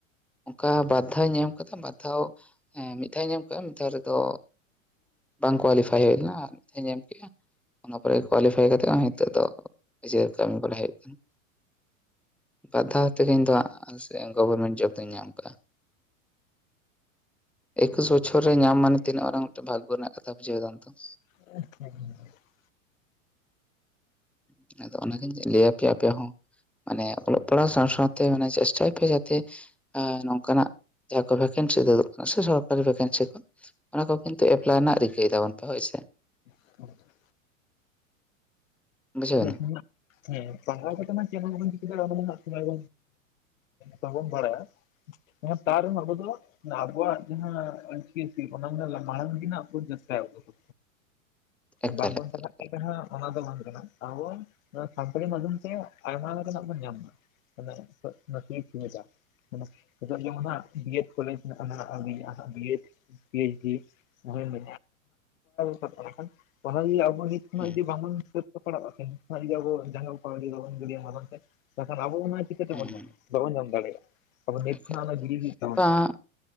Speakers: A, in the centre; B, on the left.
A: ᱚᱱᱠᱟ ᱵᱟᱫᱷᱟᱣ ᱤᱧ ᱮᱢ ᱟᱠᱟᱫᱟ ᱵᱟᱫ ᱫᱷᱟᱣ ᱦᱮᱸ ᱢᱤᱫ ᱫᱷᱟᱣ ᱤᱧ ᱮᱢ ᱟᱠᱟ ᱢᱤᱫ ᱫᱷᱟᱣ ᱨᱮᱫᱚ ᱵᱟᱝ ᱠᱳᱣᱟᱞᱤᱯᱷᱟᱭ ᱦᱩᱭ ᱞᱮᱱᱟ ᱟᱨ ᱢᱤᱫᱷᱟᱧ ᱮᱢ ᱠᱮᱫᱼᱟ ᱚᱱᱟ ᱯᱚᱨᱮ ᱠᱳᱣᱟᱞᱤᱯᱷᱟᱭ ᱠᱟᱛᱮᱜ ᱦᱚᱸ ᱱᱤᱛᱚᱜ ᱫᱚ ᱤᱡᱮ ᱠᱟᱹᱢᱤ ᱠᱚᱨᱟᱣ ᱦᱩᱭᱩᱜ ᱠᱟᱱᱟ ᱵᱟᱫᱷᱟᱣ ᱛᱮᱜᱮ ᱤᱧ ᱫᱚ ᱦᱟᱜ ᱜᱚᱵᱷᱚᱨᱢᱮᱱᱴ ᱡᱚᱵ ᱫᱚᱧ ᱧᱟᱢ ᱟᱠᱟᱜᱼᱟ ᱮᱠᱩᱥ ᱵᱚᱪᱷᱚᱨ ᱨᱮ ᱧᱟᱢ ᱢᱟᱱᱮ ᱛᱤᱱᱟᱹᱜ ᱢᱟᱨᱟᱝ ᱢᱤᱫᱴᱮᱱ ᱵᱷᱟᱜᱜᱚ ᱨᱮᱱᱟᱜ ᱠᱟᱛᱷᱟ ᱵᱩᱡᱷᱟᱹᱣ ᱫᱟᱢ ᱛᱚ
B: ᱟ <unintelligible>
A: ᱦᱩᱸ ᱟᱫᱚ ᱚᱱᱟᱜᱤᱧ ᱞᱟᱹᱭ ᱟᱯᱮᱭᱟ ᱟᱯᱮ ᱦᱚᱸ ᱢᱟᱱᱮ ᱚᱞᱚᱜ ᱯᱟᱲᱦᱟᱜ ᱥᱟᱶ ᱥᱟᱶᱛᱮ ᱢᱟᱱᱮ ᱪᱮᱥᱴᱟᱭ ᱯᱮ ᱡᱟᱛᱮ ᱱᱚᱝᱠᱟᱱᱟᱜ ᱡᱟᱦᱟᱸ ᱠᱚ ᱵᱷᱮᱠᱮᱱᱥᱤ ᱩᱫᱩᱜ ᱠᱟᱱᱟ ᱥᱮ ᱥᱚᱨᱠᱟᱨᱤ ᱵᱷᱮᱠᱮᱱᱥᱤ ᱠᱚ ᱚᱱᱟ ᱠᱚ ᱠᱤᱱᱛᱩ ᱮᱯᱞᱟᱭ ᱨᱮᱱᱟᱜ ᱨᱤᱠᱟᱹᱭ ᱛᱟᱵᱚᱱ ᱯᱮ ᱦᱳᱭ ᱥᱮ
B: <unintelligible>
A: ᱵᱩᱡᱷᱟᱹᱣᱱᱟ
B: ᱟᱪ <unintelligible> ᱦᱮᱸ ᱯᱟᱲᱦᱟᱣ ᱠᱟᱛᱮᱜ ᱢᱟ ᱪᱮᱫᱵᱚᱱ ᱪᱤᱠᱟᱹ ᱫᱟᱲᱮᱭᱟᱜ ᱵᱟᱵᱚᱱ ᱵᱟᱲᱟᱭᱟ ᱦᱮ ᱛᱟᱨᱮ ᱦᱚᱸ ᱟᱵᱳᱫᱚ ᱟᱵᱚᱣᱟᱜ ᱡᱟᱦᱟ ᱚᱞ ᱪᱤᱠᱤ ᱚᱱᱟ ᱢᱮᱱ ᱢᱟᱲᱟᱝ ᱛᱮᱱᱟᱜ ᱵᱚᱱ ᱪᱮᱥᱴᱟᱭᱟ ᱟᱵᱳ ᱫᱚ
A: <unintelligible>
B: ᱵᱟᱝᱵᱚᱱ
A: ᱮᱠᱟᱞ
B: ᱯᱟᱲᱦᱟᱜ
A: ᱮᱠᱟᱞ
B: ᱠᱟᱱᱟ ᱦᱟᱜ ᱚᱱᱟ ᱫᱚ ᱵᱟᱝ ᱠᱟᱱᱟ ᱟᱵᱚ ᱱᱚᱣᱟ ᱠᱚᱢᱯᱟᱱᱤ ᱢᱟᱫᱽᱫᱷᱚᱢ ᱛᱮ ᱟᱭᱢᱟ ᱞᱮᱠᱟᱱᱟᱜ ᱵᱚᱱ ᱧᱟᱢᱟ <inaudible> ᱡᱮᱢᱚᱱ ᱦᱟᱸᱜ B Ed college B Ed P H ᱢ ᱚᱱᱟ ᱯ ᱮ ᱯᱦᱟ ᱡᱤ ᱚᱵᱚᱦᱤᱛ <unintelligible> ᱚᱱᱟ
A: ᱦᱩᱸ
B: ᱡᱩᱫᱤ ᱵᱟᱝᱵᱚᱱ ᱥᱟ. ᱛ ᱯᱟᱲᱟᱜ ᱠᱷᱟᱱ ᱡᱩᱫᱤ ᱟᱵᱚ ᱡᱟᱸᱜᱟ ᱠᱟᱲᱤ ᱵᱟᱵᱚᱱ ᱜᱟᱹᱭᱤᱭᱟ ᱢᱟ ᱵᱟᱝ ᱛᱟᱠᱷᱟᱱ ᱟᱵᱚ ᱚᱱᱟ ᱪᱤᱠᱟᱹ ᱛᱮᱵᱚᱱ
A: ᱦᱩᱸ
B: ᱧᱟᱢ
A: ᱦᱩᱸ
B: ᱵᱟᱵᱚᱱ ᱧᱟᱢ ᱫᱟᱲᱮᱭᱟᱜᱼᱟ ᱟᱵᱚ ᱱᱤᱛ
A: ᱮᱠᱟᱞ
B: ᱠᱷᱚᱱᱟᱜ
A: ᱮᱠᱟᱞ
B: ᱜᱤᱰᱤ ᱦᱩᱭᱩᱜ ᱛᱟᱵᱚᱱᱟ
A: ᱵᱟᱝ